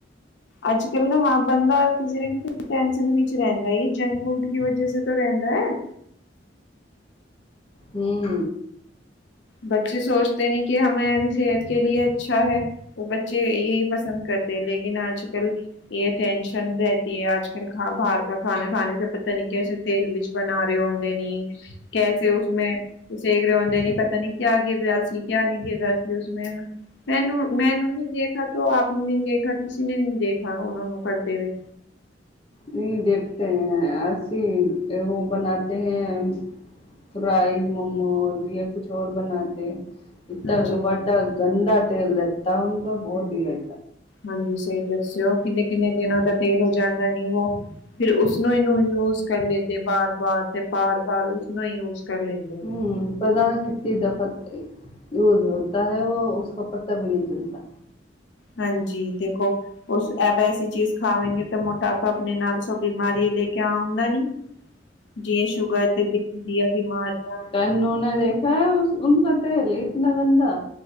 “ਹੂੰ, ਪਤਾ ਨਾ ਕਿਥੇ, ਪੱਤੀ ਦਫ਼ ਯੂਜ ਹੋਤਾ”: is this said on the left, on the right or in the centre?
Left